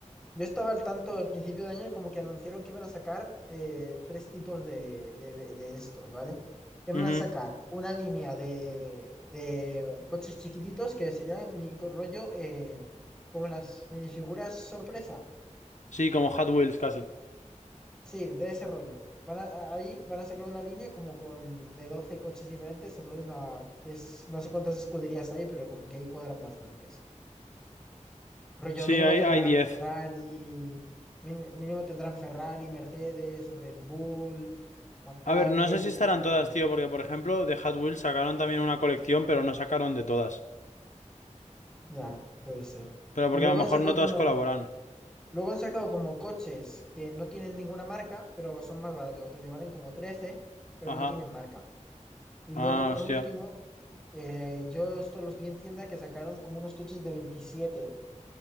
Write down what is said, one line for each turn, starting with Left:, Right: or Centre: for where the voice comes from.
Centre: yo estaba al tanto al principio de año como que anunciaron que iban a sacar eh, tres tipos de, de, de estos, ¿vale? Iban
Left: Ujú.
Centre: a sacar una línea de, de coches chiquititos que serían ni co- rollo eh, como las minifiguras sorpresa.
Left: Sí, como Hot Wheels casi.
Centre: Sí, de ese rollo. Van a- ahí van a sacar una línea como con de 12 coches diferentes, entonces la, es, no sé cuántas escuderías hay, pero como que ahí cuadran bastantes. Rollo
Left: Sí,
Centre: mínimo
Left: hay,
Centre: tendrán
Left: hay diez
Centre: Ferrari, mín- mínimo tendrán Ferrari, Mercedes, Red Bull, McLaren,
Left: A ver, no sé si estarán
Centre: luego,
Left: todas, tío, porque por ejemplo, de Hot Wheels sacaron también una colección, pero no sacaron de todas.
Centre: ya, puede ser.
Left: Pero porque
Centre: Y luego
Left: a lo mejor
Centre: han sacado
Left: no todas
Centre: como,
Left: colaboran.
Centre: luego han sacado como coches que no tienen ninguna marca, pero son más baratos. Rollo valen como trece pero
Left: Ajá.
Centre: no tienen marca. Y
Left: Ah,
Centre: luego por
Left: hostia.
Centre: último, eh, yo esto los vi en tienda que sacaron como unos coches de 27